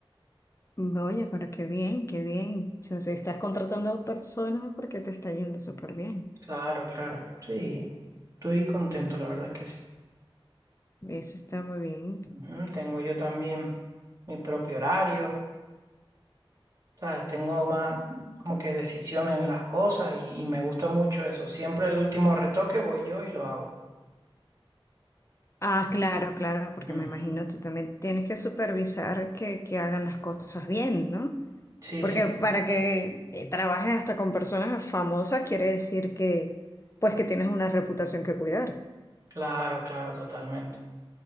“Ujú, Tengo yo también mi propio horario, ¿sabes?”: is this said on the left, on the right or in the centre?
Right